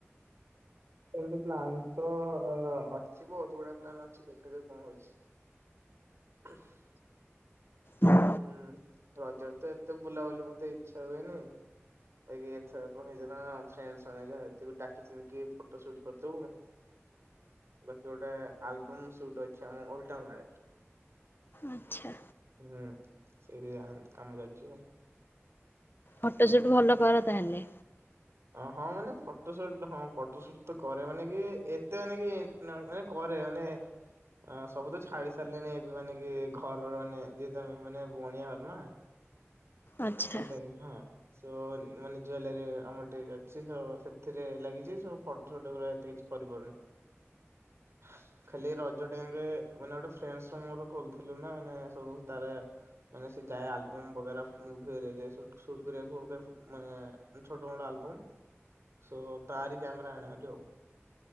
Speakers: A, on the right (about 65°); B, on the left (about 50°).
A: ଏମତି ପ୍ଲାନ ତ ଅଛି ବହୁତ ଗୁଡା ପ୍ଲାନ୍ ଅଛି ଦେଖାଯାଉ କଣ ହଉଛି। <unintelligible>
B: ହଁ
A: ହୁଁ, ରଜରେ ତ ଏତେ ବୁଲାବୁଲି ମତେ ଇଚ୍ଛା ହୁଏନି। ବାକି ଏଥର କଣ ହେଇଛିନା ଫ୍ରେଣ୍ଡସ୍ ମାନେ ଯାହା ଯେତିକୁ ଡାକିିଛନ୍ତି କି ଫଟୋସୁଟ୍ କରିଦବୁ। ବାକି ଗୋଟେ ଆଲବମ୍ ସୁଟ୍ ଅଛି ଆମ ଓଲଡଟାଉନ୍ ରେ।
B: ଆଚ୍ଛା।
A: ହୁଁ, ସେଇଠି ଯାହା କାମ ଚାଲିଛି ଆଉ।
B: ଫଟୋସୁଟ୍ ଭଲ କର ତାହେଲେ।
A: ଅ ହଁ, ମାନେ ଫଟୋ ସୁଟ୍ ହଁ ଫଟୋ ସୁଟ୍ ତ କରେ ମାନେ କି ଏତେ ମାନେ କି କରେ ମାନେ ଅ ସବୁ ତ ଛାଡି ସାରିଲିଣି ଏବେ ମାନେ କି ଘରର ମାନେ ଯେହେତୁ ଆମେ ମାନେ ବଣିଆ ଘର ନା।
B: ଆଚ୍ଛା
A: ହେଲାକି ହଁ, ଶୋ ମାନେ ଜୁଏଲାରୀ ଆମର ଟିକେ ଅଛି ହ ସେଥିରେ ଲାଗିଛି ସବୁ ଫଟୋସୁଟ୍ ଏଗୁରା ଏତେ କିଛି କରିପାରୁନି। ହ ଖାଲି ରଜ ଟାଇମ୍ ରେ ମାନେ ଗୋଟେ ଫ୍ରେଣ୍ଡସ୍ ର ମୋର ଖୋଲିଥିଲୁ ନା ମାନେ ସବୁ ତାରେ ମାନେ ସେ ଯାଏ ଆଲବମ ବଗେରା ମୁଭି ହେରିଆ ଯାଏ ସୁଟ ସୁଟ୍ କରିବାକୁ ଅଇକା ମାନେ ଛୋଟ ମୋଟ ଆଲବମ୍ ସୋ ତାରି କ୍ୟାମେରା ଆଣେଭାରି ଆଉ।